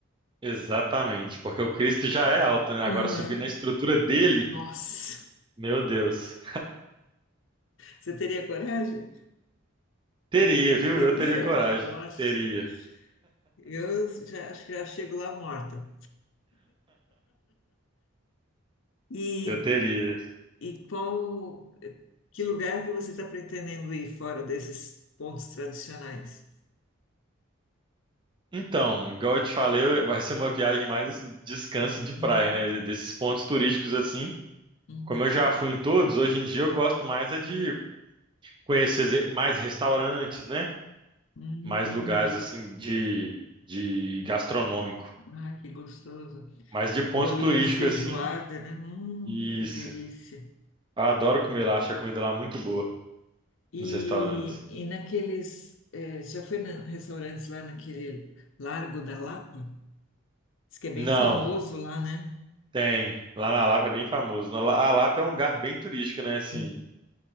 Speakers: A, on the right (about 25°); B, on the left (about 65°).
A: exatamente. Porque o Cristo já é alto, né?
B: Aham.
A: Agora subir na estrutura dele,
B: Nossa.
A: meu Deus.
B: Você teria coragem?
A: Teria, viu?
B: Teria?
A: Eu teria coragem.
B: Poxa,
A: Teria.
B: eu já, acho que já chego lá morta. E
A: Eu teria.
B: E qual, que lugar que você está pretendendo ir fora desses pontos tradicionais?
A: Então, igual eu te falei, eu- vai ser uma viagem mais assim, de descanso e de praia,
B: Uhum,
A: né? Desses pontos turísticos assim.
B: uhum.
A: Como eu já fui em todos, hoje em dia eu gosto mais é de conhecer ze- mais restaurantes, né?
B: Hum,
A: Mais lugares assim de, de gastronômico,
B: ah, que gostoso.
A: mas de pontos
B: Bolinho
A: turísticos
B: de feijoada,
A: assim.
B: né? Hum,
A: Isso.
B: que delícia.
A: Eu adoro comer lá, acho a comida lá muito boa
B: E,
A: nos restaurantes.
B: e naqueles, eh, já foi na restaurantes lá naquele Largo da Lapa? Diz que é bem
A: Não,
B: famoso lá, né?
A: tem. Lá na Lapa é bem famoso. Na La- A Lapa é um lugar bem turístico, né? Assim,
B: Hum.